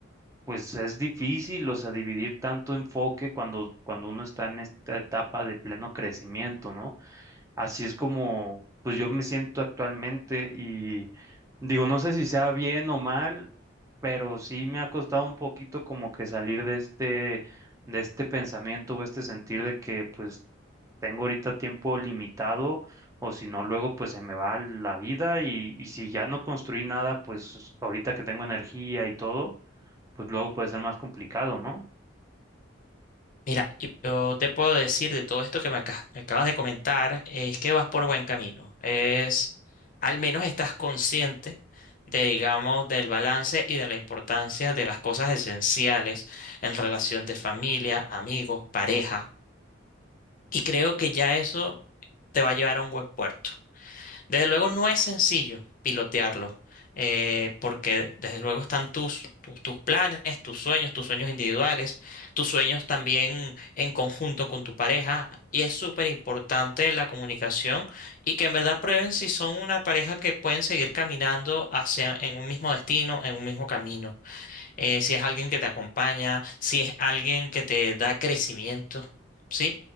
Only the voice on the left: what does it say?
Mira, yo yo te puedo decir de todo esto que me, aca- me acabas de comentar, es que vas por buen camino. Es, al menos estás consciente de, digamos, del balance y de la importancia de las cosas esenciales en relación de familia, amigos, pareja. Y creo que ya eso te va a llevar a un buen puerto. Desde luego no es sencillo pilotearlo, eh, porque desde luego están tus, tus, tus planes, tus sueños, tus sueños individuales, tus sueños también en conjunto con tu pareja, y es súper importante la comunicación y que en verdad prueben si son una pareja que pueden seguir caminando hacia en un mismo destino, en un mismo camino eh, si es alguien que te acompaña, si es alguien que te da crecimiento, ¿sí?